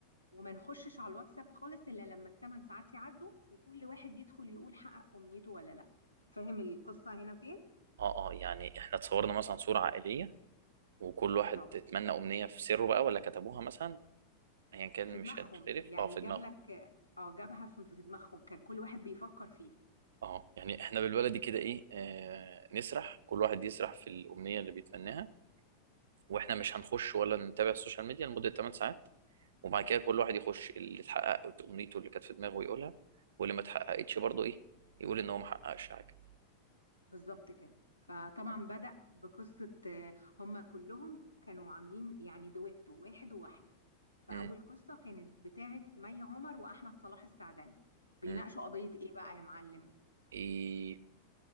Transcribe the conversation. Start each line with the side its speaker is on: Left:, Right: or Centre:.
Left: وما نخشش على الواتساب خالص إلا لما الثمان ساعات يعدوا وكل واحد يدخل يقول حقق أمنيته ولا لأ فاهم القصة هنا فين؟
Right: اه اه يعني احنا اتصورنا مثلا صورة عائلية وكل
Left: بالظبط
Right: واحد اتمنى امنية في سره بقى ولا كتبوها مثلا ايا كان
Left: في دماغهم
Right: مش هنختلف
Left: يعني
Right: اه في
Left: جاب
Right: دماغه
Left: لك اه جابها في في دماغهم كان كل واحد بيفكر فيها
Right: اه يعني احنا بالبلدي كده ايه آه نسرح كل واحد يسرح في الامنية اللي بيتمناها واحنا مش هنخش ولا نتابع السوشيال ميديا لمدة 8 ساعات وبعد كده كل واحد يخش اللي اتحقق امنيته اللي كانت في دماغه يقولها واللي ما اتحققتش برضه ايه يقول ان هو ما حققش حاجه
Left: بالظبط كده فطبعا بدأ بقصة آه، هم كلهم كانوا عاملين يعني دويتو واحد وواحدة فأول
Right: امم
Left: قصة كانت بتاعة مي عمر وأحمد صلاح السعدني بيناقشوا
Right: امم
Left: قضية إيه بقى يا معلم؟
Right: ايه